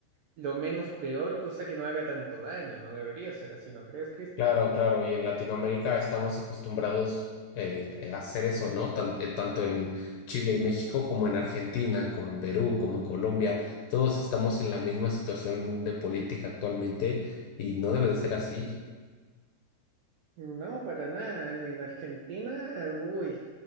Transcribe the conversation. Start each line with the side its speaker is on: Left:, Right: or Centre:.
Right: lo menos peor, cosa que no haga tanto daño. No debería ser así, ¿no crees, Cristian?
Left: Claro, claro, y en Latinoamérica estamos acostumbrados eh, a hacer eso, ¿no? Tan- eh, tanto en Chile y México como en Argentina, como en Perú, como en Colombia, todos estamos en la misma situación de política actualmente y no debe de ser así.
Right: No, para nada. En, en Argentina, eh, uy,